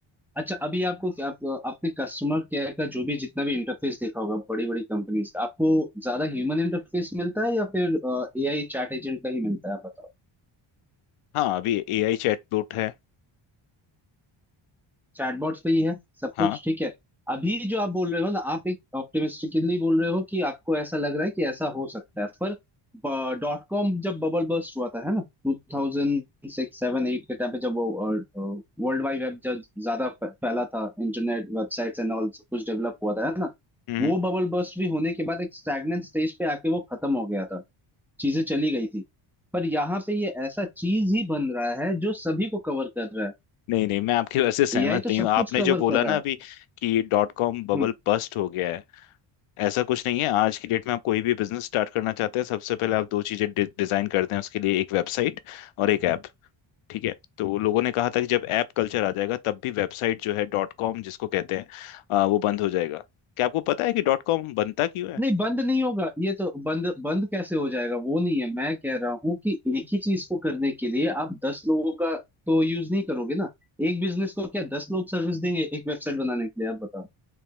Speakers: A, in the centre; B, on the left.
A: अच्छा अभी आपको क्या- आप, आपने कस्टमर केयर का जो भी जितना भी इंटरफेस देखा होगा बड़ी बड़ी कंपनीज का आपको ज्यादा ह्यूमन इंटरफेस मिलता है या फिर एआई चैट एजेंट का ही मिलता है आप बताओ
B: हाँ अभी एआई चैटबॉट है
A: चैटबॉट्स पे ही है सब
B: हाँ
A: कुछ ठीक है अभी जो आप बोल रहे हो ना आप एक ऑप्टिमिस्टिकली बोल रहे हो कि आपको ऐसा लग रहा है कि ऐसा हो सकता है पर डॉट कॉम जब बबल बर्स्ट हुआ था है ना टू थाउजेंड सिक्स सेवन एट के टाइम पे जब वो वर्ल्ड वाइड वेब जब ज्यादा फ- फैला था इंटरनेट वेबसाइट्स एंड ऑल सब कुछ डेवलप हुआ था है ना
B: हम्म
A: वो
B: हम्म।
A: बबल बर्स्ट भी होने के बाद एक स्टैग्नेंट स्टेज पे आके वो खत्म हो गया था चीजें चली गई थी पर यहाँ पे ये ऐसा चीज ही बन रहा है जो सभी को कवर कर रहा है
B: नहीं नहीं मैं आपकी वजह से सहमत
A: एआई तो
B: नहीं
A: सब
B: हूँ आपने
A: कुछ कवर
B: जो बोला
A: कर
B: ना
A: रहा है
B: अभी कि डॉट कॉम बबल
A: हम्म
B: बस्ट हो गया है ऐसा कुछ नहीं है आज की डेट में आप कोई भी बिजनेस स्टार्ट करना चाहते हैं सबसे पहले आप दो चीजें डि डिजाइन करते हैं उसके लिए एक वेबसाइट और एक ऐप ठीक है तो लोगों ने कहा था कि जब ऐप कल्चर आ जाएगा तब भी वेबसाइट जो है डॉट कॉम जिसको कहते हैं अ, वो बंद हो जाएगा क्या आपको पता है कि डॉट कॉम बनता क्यों है
A: नहीं बंद नहीं होगा ये तो बंद बंद कैसे हो जाएगा वो नहीं है मैं कह रहा हूँ कि एक ही चीज को करने के लिए आप दस लोगों का तो यूज नहीं करोगे ना एक बिजनेस को क्या दस लोग सर्विस देंगे एक वेबसाइट बनाने के लिए आप बताओ